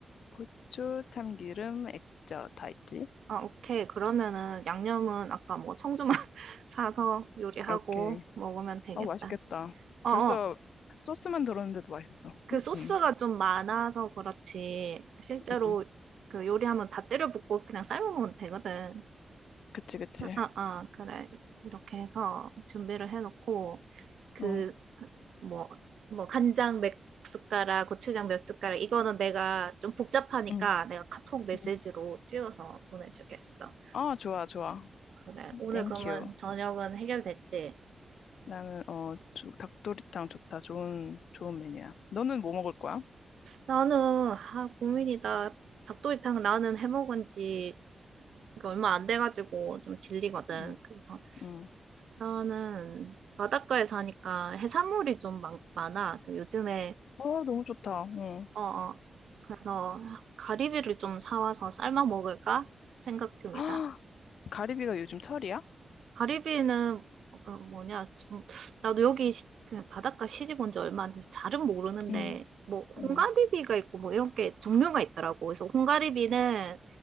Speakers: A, on the left; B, on the right.
A: 후추, 참기름, 액젓 다 있지?
B: 아, 오케이. 그러면은 양념은 아까 뭐 청주만 <laughs> 사서 요리하고
A: 오케이.
B: 먹으면 되겠다.
A: 아, 맛있겠다.
B: 어,
A: 벌써
B: 어.
A: 그 소스만 들었는데도 맛있어.
B: 그
A: 음,
B: 소스가
A: 음,
B: 좀 많아서 그렇지. 실제로
A: 음.
B: 그 요리하면 다 때려 붓고 그냥 삶아 먹으면 되거든.
A: 그치, 그치.
B: 아, 아, 아, 그래. 이렇게 해서 준비를 해놓고 그
A: 어,
B: 뭐, 뭐, 간장 몇 숟가락, 고추장 몇 숟가락, 이거는 내가 좀 복잡하니까
A: 음,
B: 내가 카톡 메시지로
A: 음.
B: 찍어서 보내주겠어.
A: 아, 좋아, 좋아.
B: 그래. 오늘
A: 땡큐.
B: 그러면 저녁은 해결됐지?
A: 나는, 어, 조- 닭도리탕 좋다. 좋은, 좋은 메뉴야. 너는 뭐 먹을 거야?
B: 나는, 아, 고민이다. 닭도리탕 나는 해먹은 지 얼마 안 돼가지고 좀 질리거든.
A: 응
B: 그래서
A: 응
B: 나는 바닷가에 사니까 해산물이 좀 많, 많아. 그 요즘에,
A: 와, 너무 좋다. 응.
B: 어, 어. 그래서 가리비를 좀 사와서 삶아 먹을까? 생각 중이다.
A: <gasps> 아, 가리비가 요즘 철이야?
B: 가리비는 그 뭐냐 좀 나도 여기 시- 그 바닷가 시집 온 지 얼마 안 돼서 잘은 모르는데
A: 응.
B: 뭐
A: 음.
B: 홍가리비가 있고 뭐 이런 게 종류가 있더라고. 그래서 홍가리비는